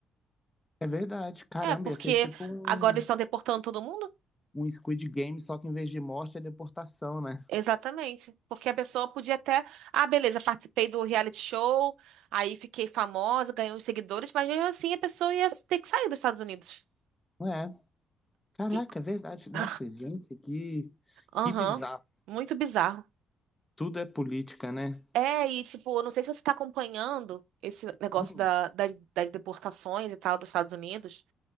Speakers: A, on the left; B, on the right.
A: É verdade. Caramba,
B: É, porque
A: ia ser tipo um,
B: agora eles estão deportando todo mundo?
A: um Squid Game, só que em vez de morte é deportação, né?
B: Exatamente. Porque a pessoa podia até, ah, beleza, participei do reality show, aí fiquei famosa, ganhei uns seguidores, mas mesmo assim a pessoa ia ter que sair dos Estados Unidos.
A: É. Caraca,
B: E...
A: é verdade. Nossa,
B: <laughs>
A: gente, que,
B: Aham,
A: que bizarro.
B: muito bizarro.
A: Tudo é política, né?
B: É, e tipo, eu não sei se você tá acompanhando esse negócio
A: Hum,
B: da, da- das deportações e tal dos Estados Unidos.